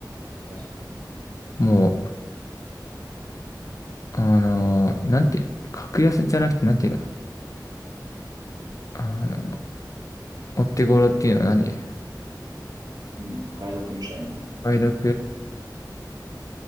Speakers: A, on the right; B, on the left.
A: か
B: もう、あの、なんていうの、格安じゃなくて、なんていうの、あの、お手頃っていうのは何
A: に、お買い得みたいな。
B: 梅毒